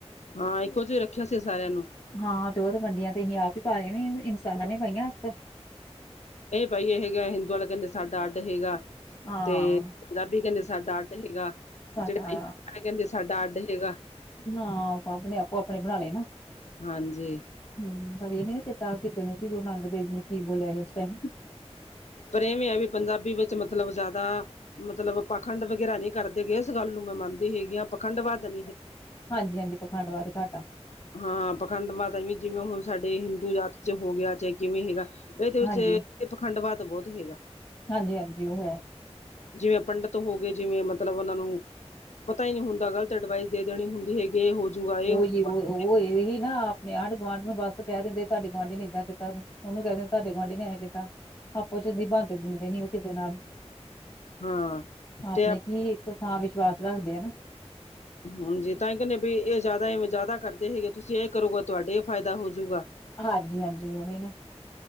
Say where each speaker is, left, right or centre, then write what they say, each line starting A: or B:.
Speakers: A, on the left; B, on the left.
A: ਹਾਂ, ਇੱਕੋ ਜਿਹਾ ਰੱਖੇਆ ਸੀ, ਸਾਰਿਆਂ ਨੂੰ।
B: ਹਾਂ, ਤੇ ਓ ਤੇ ਵਨਡੀਆਂ ਤੇ ਅਸੀ ਆਪ ਹੀ ਪਾਏ ਨੇ, ਇਨਸਾਨਾਂ ਨੇ ਪਾਈਆਂ ਅਕਸ
A: ਏ ਭਾਈ ਏ ਹੈਗਾ, ਹਿੰਦੂਆ ਦਾ ਕੈੰਦੇ, ਸਾਡਾ ਅੱਡ ਹੈਗਾ,
B: ਹਾਂ
A: ਤੇ ਪੰਜਾਬੀ ਕੈੰਦੇ ਸਾਡਾ ਅੱਡ ਅੱਡ ਹੈਗਾ,
B: ਸਾਡਾ
A: ਜਿਹੜਾ ਕੈੰਦੇ ਸਾਡਾ ਅੱਡ ਹੈਗਾ
B: ਨਾ, ਸਬ ਨੇ ਆਪੋ, ਆਪਣੇ ਬਣਾ ਲਏ ਨਾ।
A: ਹਾਂਜੀ
B: ਹਮ ਪਰ, ਇਹ ਨੀ ਨਾ ਚੇਤਾ, ਕਿਸੇ ਨੂੰ ਵੀ ਗੁਰੂ ਨਾਨਕ ਦੇਵ ਨੇ ਕੀ ਬੋਲਿਆ, ਉਸ ਟਾਈਮ।
A: ਪਰ ਇਹਵੇਂ ਹੈ, ਵੀ ਪੰਜਾਬੀ ਵਿੱਚ ਮਤਲਬ ਜ਼ਿਆਦਾ। ਮਤਲਬ ਪਾਖੰਡ ਵਗੈਰਾ ਨਹੀਂ ਕਰਦੇ ਗਏ, ਇਸ ਗੱਲ ਨੂੰ ਮੈਂ ਮੰਨਦੀ ਹੈਗੀ ਹਾਂ ਪਾਖੰਡ ਵੱਧ ਨੀ ਹੈ।
B: ਹਾਂਜੀ, ਹਾਂਜੀ, ਪਖੰਡਵਾਦ ਘਾਟਾ।
A: ਹਾਂ ਪਾਖੰਡ ਮਤਾ ਜੀ ਜਿਵੇਂ ਹੁਣ, ਸਾਡੇ ਹਿੰਦੂ ਜਾਤ ਚ ਹੋ ਗਿਆ ਚਾਹੇ ਕਿਵੇਂ ਹੈਗਾ। ਇਹਦੇ ਵਿੱਚ,
B: ਹਾਂਜੀ,
A: ਪਖੰਡਵਾ ਤਾਂ ਬਹੁਤ ਹੈਗਾ।
B: ਹਾਂਜੀ, ਹਾਂਜੀ, ਉਹ ਹੈ।
A: ਜਿਵੇਂ, ਪੰਡਿਤ ਹੋ ਗਏ, ਜਿਵੇਂ ਮਤਲਬ, ਉਹਨਾਂ ਨੂੰ। ਪਤਾ ਹੀ ਨਹੀਂ ਹੁੰਦਾ ਗ਼ਲਤ ਐਡਵਾਈਸ ਦੇ ਦੇਣੀ ਹੁੰਦੀ ਹੈਗੀ। ਇਹ ਹੋਜੂਗਾ ਇਹ। ਹੋਜੂਗਾ
B: ਇਹਹੀ ਨਾ, ਨ ਆਂਢ ਗੁਆਂਢ ਨੂੰ ਬੱਸ ਕਹਿ ਦਿੰਦੇ, ਤੁਹਾਡੀ ਗੁਆਂਢੀ ਨੇ ਏਦਾਂ ਕੀਤਾ, ਉਹਨੂੰ ਕਹਿ ਦਿੰਦੇ ਤੁਹਾਡੇ ਗੁਆਂਢੀ ਨੇ ਇਹਂ ਕੀਤਾ। ਆਪੋ ਚਦੀ ਬੰਦ ਦਿੰਦੇ ਨੀ ਉਹ ਕਿਸੇ ਨਾਲ।
A: ਹਾਂ
B: ਆਪਣੇ
A: ਤੇ
B: ਕੀ, ਇੱਕ ਥਾਂ ਵਿਸ਼ਵਾਸ ਰੱਖਦੇ ਹਨ ਨਾ।
A: ਹਾਂਜੀ, ਤਾਂ ਇਹ ਕਹਿੰਦੇ ਵੀ, ਇਹ ਜ਼ਿਆਦਾਵੇਂ ਜ਼ਿਆਦਾ ਕਰਦੇ ਹੈਗੇ, ਤੁਸੀਂ ਤੁਸੀਂ ਇਹ ਕਰੋਗਾ, ਤੁਹਾਡੇ ਇਹ ਫਾਇਦਾ ਹੋਜੂਗਾ।
B: ਹਾਂਜੀ-ਹਾਂਜੀ ਉਹੀ ਨਾ,